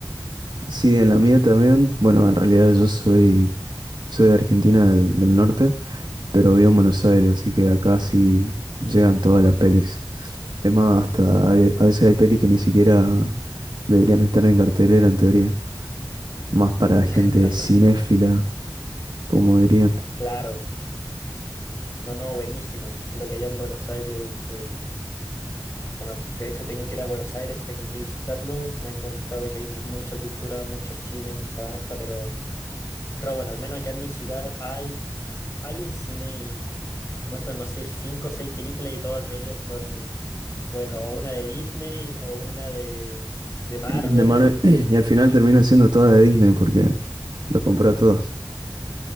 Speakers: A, on the right; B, on the left.
A: Sí, en la mía también. Bueno, en realidad yo soy, soy de Argentina del, del norte. pero vivo en Buenos Aires, así que acá sí llegan todas las pelis. Es más, hasta hay- a veces hay pelis que ni siquiera deberían estar en cartelera en teoría, más para
B: <laughs>
A: gente cinéfila, como dirían.
B: claro. No, no, buenísimo. Creo que allá en Buenos Aires, eh, bueno, de hecho tengo que ir a Buenos Aires, tengo que visitarlo. Me han contado que hay mucha cultura, mucho cine, mucha danza, pero, pero bueno, al menos acá en mi ciudad hay, hay un cine y muestran, no sé, cinco o seis películas y todas de ellas son, bueno, o una de Disney o una de, de Marvel.
A: De mano- <clears throat> y al final terminan siendo todas de Disney porque los compró a todos.